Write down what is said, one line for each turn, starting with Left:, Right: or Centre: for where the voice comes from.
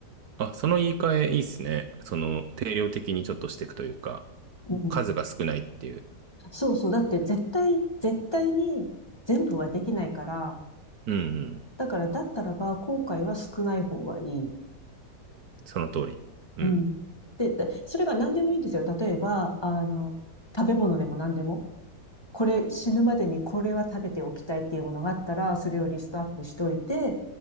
Right: あ、その言い換えいいっすね。その、定量的にちょっとしていくというか、
Left: うん。
Right: 数が少ないっていう。
Left: そうそう。だって絶対、絶対に全部はできないから、
Right: うんうん。
Left: だからだったらば後悔は少ない方がいい。
Right: その通り。うん。
Left: うん。で、でそれが何でもいいんですよ。例えば、あの、食べ物でも何でも。これ死ぬまでにこれは食べておきたいっていうものがあったら、それをリストアップしといて、